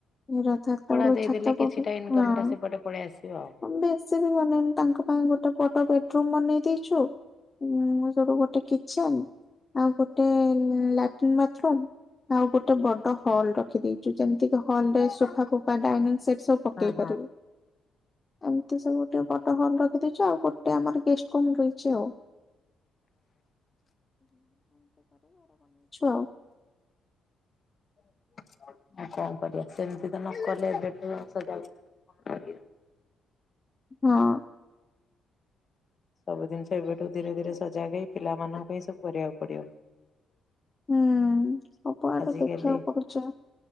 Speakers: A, on the left; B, on the left.
A: ଏ ରଥଯାତ୍ରା
B: ଭଢା
A: ବେଳକୁ
B: ଦେଇଦେଲେ
A: ଛାତ ପକେ
B: କିଛିଟା ଇନକମଟା
A: ହଁ
B: ସେପଟେ ପଳେଇ ଆସିବ ଆଉ।
A: ବେଶୀ ବି ବନେଇନୁ ତାଙ୍କ ପାଇଁ ଗୋଟେ ବଡ ବେଡରୁମ ବନେଇ ଦେଇଛୁ। ସେଇଠୁ ଗୋଟେ କିଚେନ ଆଉ ଗୋଟେ ଲାଟିନ, ବାଥରୁମ୍ ଆଉ ଗୋଟେ ବଡ ହଲ୍ ରଖିଦେଇଛୁ ଯେମିତିକି ହଲରେ
B: ହଁ ହଁ
A: ସୋଫା ଫୋଫା ଡାଇନିଂ ସେଟ୍ ସବୁ ପକେଇ
B: ଓହୋ
A: ପାରିବେ। ଏମିତି ସବୁ ଗୋଟେ ବଡ ହଲ ରଖିଦେଇଛ ଆଉ ଗୋଟେ ଆମର ଗେଷ୍ଟ ରୁମ ରହିଛି ଆଉ। <unintelligible>
B: <inaudible> କଣ କରିବା ସେମିତି ତ ନକଲେ ଏବେଠୁ <unintelligible> କରିବା।
A: ହଁ।
B: ସବୁ ଜିନିଷ ଏବେଠୁ ଧୀରେ ଧୀରେ ସଜାଗ ହୋଇ ପିଲାମାନଙ୍କ ଏସବୁ କରିବାକୁ ପଡିବ।
A: ହୁଁ, ସବୁଆଡୁ
B: ଆଜିକାଲି
A: ଦେଖିବାକୁ ପଡୁଛି।